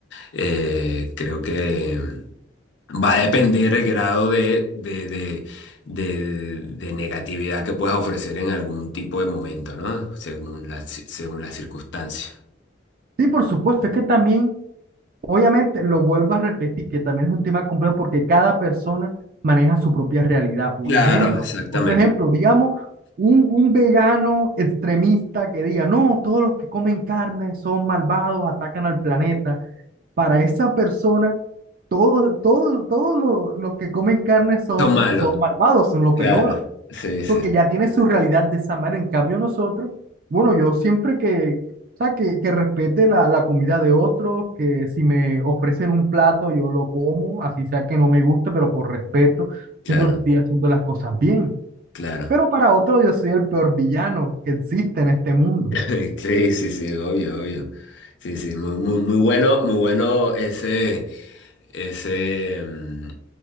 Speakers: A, on the left; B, on the right.
A: eh, creo que... Va a depender el grado de, de, de, de- de negatividad que puedas ofrecer en algún tipo de momento, ¿no? Según la, ci- según las circunstancias.
B: sí, por supuesto, es que también, obviamente, lo vuelvo a repetir, que también es un tema complejo porque cada persona maneja su propia realidad. Un
A: Claro,
B: ejemplo,
A: Exactamente.
B: otro ejemplo, digamos, un, un vegano extremista que diga, no, todos los que comen carne son malvados, atacan al planeta. para esa persona, todos, todos, todos los, los que comen carne son,
A: Son malos.
B: son malvados, son lo
A: Claro.
B: peor,
A: Sí, sí.
B: porque ya tiene su realidad de esa manera. En cambio nosotros, bueno, yo siempre que, o sea, que, que respete la, la comida de otros, que si me ofrecen un plato, yo lo como, así sea que no me guste, pero por respeto,
A: Claro,
B: siento que estoy haciendo las cosas bien.
A: claro.
B: Pero para otros yo soy el peor villano que existe en este mundo.
A: <laughs> Sí, sí, sí, obvio, obvio. Sí, sí, muy, muy, muy bueno, muy bueno ese, ese, mm,